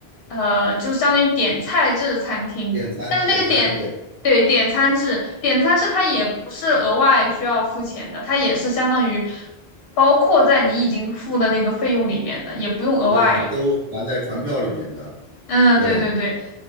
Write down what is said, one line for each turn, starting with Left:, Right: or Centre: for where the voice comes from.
Left: 呃，就相当于点菜制餐厅，
Right: 点餐，
Left: 但是那个点。
Right: 点餐，对
Left: 对，点餐制，点餐制它也不是额外需要付钱的，它也是相当于包括在你已经付的那个费用里面的，也不用额外。
Right: 对，都含在船票里面的。
Left: 嗯，
Right: 对，
Left: 对对对。